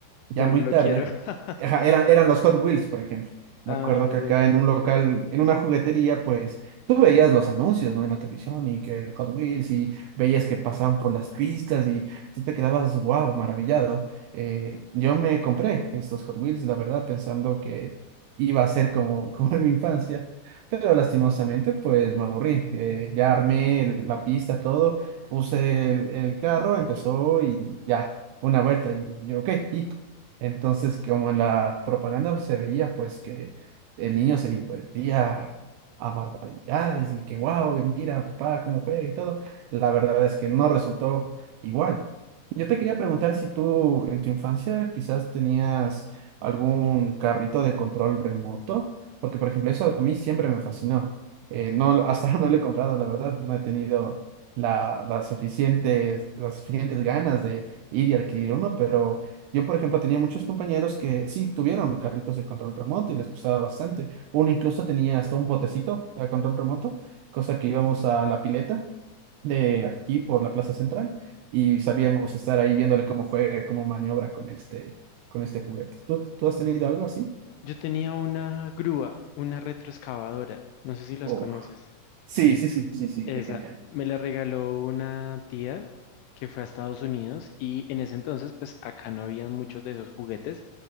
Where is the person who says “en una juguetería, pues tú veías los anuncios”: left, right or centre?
Right